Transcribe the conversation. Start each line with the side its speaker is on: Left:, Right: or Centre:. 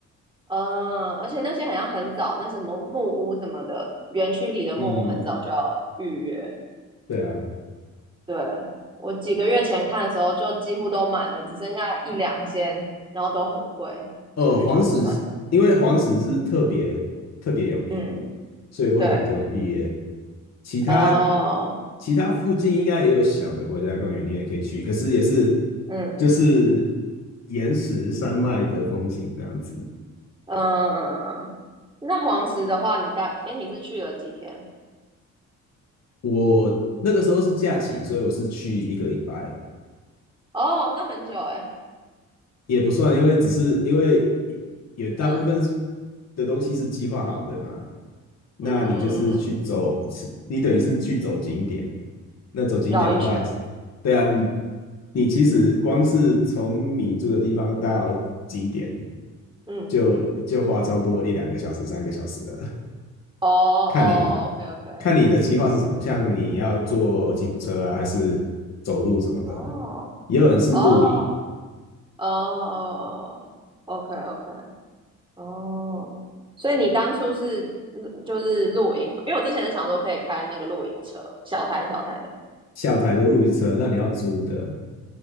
Right: 嗯，而且那些好像很早，那什么木屋什么的，园区里的木屋很早就要预约。
Left: 嗯，对啊。
Right: 对，我几个月前看的时候，就几乎都满了，只剩下一两间，然后都很贵，
Left: 哦，
Right: 所以就想说算了。
Left: 黄石因为黄石是特别特别有名，
Right: 嗯，
Left: 所以会很多人预约。
Right: 对，
Left: 其他
Right: 哦，
Left: 其他附近应该也有小的国家公园，你也可以去，可是也是
Right: 嗯
Left: 就是岩石山脉的风景这样子。
Right: 嗯嗯嗯，嗯那黄石的话，你大，诶，你是去了几天？
Left: 我那个时候是假期，所以我是去一个礼拜，
Right: 哦，那很久诶。
Left: 也不算，因为只是因为有大部分是
Right: 嗯
Left: 的东西是计划好的嘛，那你就是去走，
Right: 嗯嗯嗯嗯，
Left: 是你等于是去走景点。那走景点的话，
Right: 绕一圈。
Left: 对啊，你你其实光是从你住的地方到景点
Right: 嗯，
Left: 就就花差不多一两个小时、三个小时了，
Right: 哦哦，OK
Left: 看你
Right: OK，
Left: 看你的计划是什么，像你要坐吉普车啊，还是走路什么的，
Right: 哦
Left: 也有人是露营。
Right: 哦。哦哦哦哦，OK OK，哦，所以你当初是就是露营嘛？因为我之前是想说可以开那个露营车，小台小台的，
Left: 小台的露营车，那你要租的，